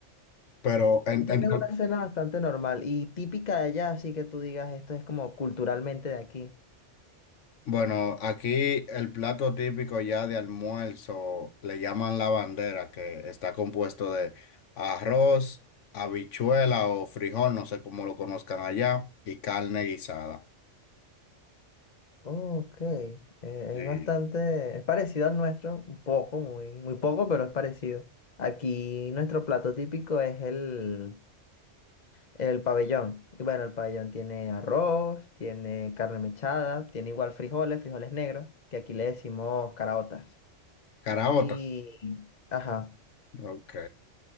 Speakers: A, on the left (about 80°); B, on the left (about 40°).
A: Pero, en,
B: Tienes
A: en-
B: una cena bastante normal y típica de allá, así que tú digas, esto es como culturalmente de aquí.
A: bueno, aquí el plato típico ya de almuerzo le llaman la bandera, que está compuesto de arroz, habichuela o frijol, no sé cómo lo conozcan allá, y carne guisada.
B: Ok. eh, es
A: Sí.
B: bastante, es parecido al nuestro, un poco, muy, muy poco, pero es parecido. Aquí nuestro plato típico es el, El pabellón. Y bueno, el pabellón tiene arroz, tiene carne mechada, tiene igual frijoles, frijoles negros, que aquí le decimos caraotas.
A: Caraota.
B: Y, ajá,
A: Ok.